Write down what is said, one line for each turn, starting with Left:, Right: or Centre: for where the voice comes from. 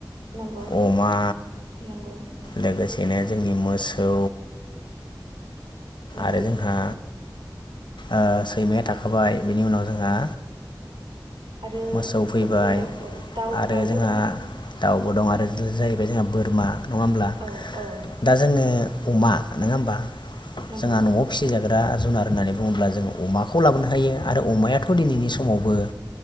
Right: नंगौ
Left: अमा
Right: नंगौ
Left: लोगोसेनो जोंनि मो सौ
Right: नंगौ
Left: आरो जोंहा ओ सैमाया थाखाबाय बिनि उनाव जोंहा
Right: आरो
Left: मोसौ फैबाय
Right: फुख्रियाव औ दाउ
Left: आरो
Right: दाउबो
Left: जोंहा
Right: दङ
Left: दाउबो दं आरो <unintelligible> बे जोंहा बोरमा नङा होमब्ला
Right: औ औ
Left: दा जोङो अमा नोङा होमबा?
Right: नंगौ
Left: जोंहा न'आव फिसिजाग्रा जुनार होननानै बुङोब्ला जों अमाखौ लाबोनो हायो आरो अमायाथ' दिनैनि समावबो